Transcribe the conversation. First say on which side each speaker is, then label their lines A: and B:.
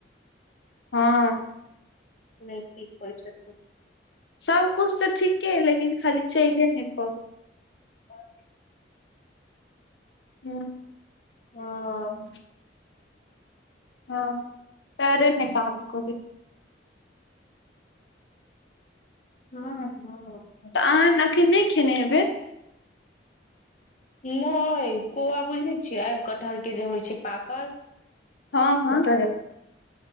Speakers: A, on the left; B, on the left.
A: हँ
B: नहि ठीक होइ छै
A: सबकुछु तऽ ठीके है लेकिन खाली चलिए नहि पाबैय
B: ब <inaudible>
A: हू
B: हँ
A: हू हँ हँ पैरे नहि काम करै
B: हँ हँ
A: तऽ अहाँ एखन नहि खेने हेबै
B: नहि कौआ बुझने छियै कटहर के जे होइ छै पाकल
A: हँ हँ